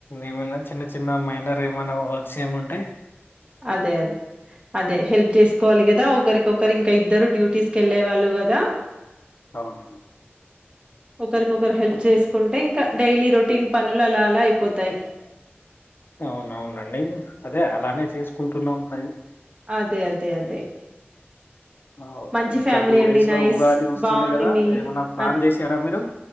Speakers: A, on the left; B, on the right.
A: ఏమైనా చిన్న చిన్న మైనర్ ఏమైనా వర్క్స్ ఏముంటాయి
B: అదే అదే అదే హెల్ప్ చేసుకోవాలి కదా ఒకరికి ఒకరు ఇంకా ఇద్దరు డ్యూటీస్కిళ్ళలేవాళ్ళు కదా
A: అవునవును.
B: ఒకరికొకరు హెల్ప్ చేసుకుంటే ఇంకా డైలీ రొటీన్ పనులు అలా అలా అయిపోతాయి.
A: అవునవునండి అదే అలా చేసుకుంటున్నాం ప్రై
B: అదే అదే అదే
A: అ
B: మంచి
A: ఇంకా
B: ఫ్యామిలీ
A: టూ
B: అండి.
A: డేస్ లో
B: నైస్.
A: ఉగాది వస్తుంది
B: బావుంది
A: కదా,
B: మీ
A: ఏమన్నా ప్లాన్
B: అన్
A: చేసారా మీరు